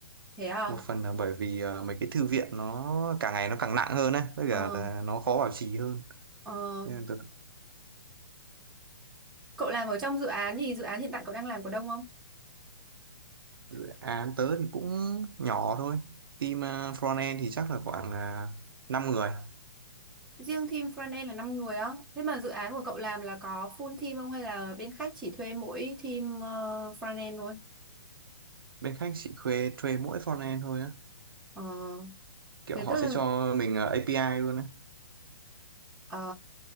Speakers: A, in the centre; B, on the right.
A: thế à?
B: một phần là bởi vì ờ, mấy cái thư viện nó càng ngày nó càng nặng hơn á với
A: Ờ,
B: cả là nó khó bảo trì hơn
A: ờ.
B: Nên là tớ
A: Cậu làm ở trong dự án thì dự án hiện tại cậu đang làm có đông không?
B: dự án tớ thì cũng nhỏ thôi team ờ, front thì chắc là khoảng uh, 5 người
A: Riêng team front end là 5 người á. Thế mà dự án của cậu làm là có full team không hay là bên khách chỉ thuê mỗi team ờ, front end thôi?
B: bên khách chỉ thuê thuê mỗi frontend thôi á
A: Ờ,
B: kiểu
A: thế
B: họ
A: tức
B: sẽ
A: là
B: cho mình ờ, API luôn á
A: ờ,